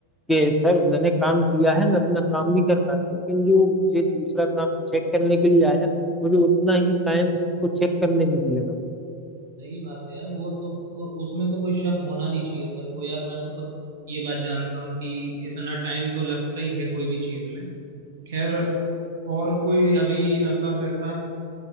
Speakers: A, in the centre; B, on the right.
A: कि सर मैंने काम किया है मैं अपना काम भी कर रहा था लेकिन जो मुझे दूसरा काम चेक करने के लिए आया मुझे उतना ही टाइम उसको चेक करने में भी लगा
B: सही बात है यार वो तो उ- उसमें तो कोई शक होना नहीं चाहिए सर को यार मैं तो खुद ये बात जानता हूँ कि इतना टाइम तो लगता ही है कोई भी चीज़ में खैर और कोई अभी मतलब ऐसा